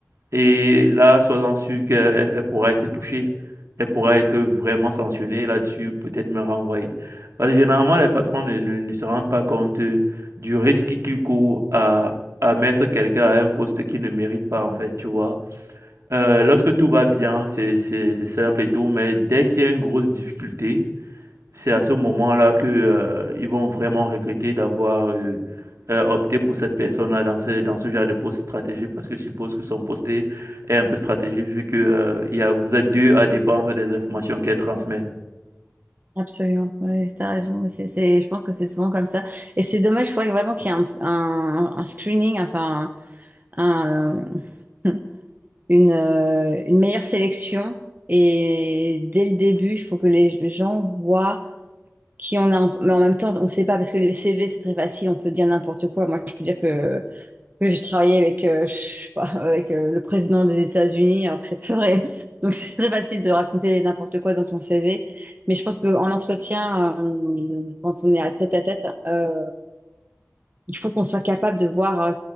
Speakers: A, on the right; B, on the right.
A: Et là, sois-en sûr qu'elle elle- elle pourra être touchée. Elle pourra être vraiment sanctionnée là-dessus, peut-être me renvoyer. Parce que généralement, les patrons ne, ne- ne se rendent pas compte euh, du risque qu'ils courent à, à mettre quelqu'un à un poste qu'il ne mérite pas, en fait, tu vois. Euh, lorsque tout va bien, c'est, c'est, c'est simple et tout, mais dès qu'il y a une grosse difficulté, c'est à ce moment-là que, euh, ils vont vraiment regretter d'avoir euh, euh, opté pour cette personne-là dans ce, dans ce genre de poste stratégique, parce que je suppose que son poste est est un peu stratégique vu que euh, il y a, vous êtes deux à dépendre des informations qu'elle transmet.
B: Absolument, ouais, t'as raison. Mais C'est, c'est- je pense que c'est souvent comme ça. Et c'est dommage, il faudrait vraiment qu'il y ait un, un, un screening, enfin, un, un- <laughs> une, euh, une meilleure sélection. Et dès le début, il faut que les gens voient. qui on a, mais en même temps, on ne sait pas parce que les CV, c'est très facile, on peut dire n'importe quoi. Moi, je peux dire que, que j'ai travaillé avec, euh, je sais pas, <laughs> avec euh, le président des États-Unis, alors que c'est pas vrai. <laughs> Donc, c'est très facile de raconter n'importe quoi dans son CV. Mais je pense qu'en entretien, euh, quand on est à tête à tête, euh, il faut qu'on soit capable de voir euh,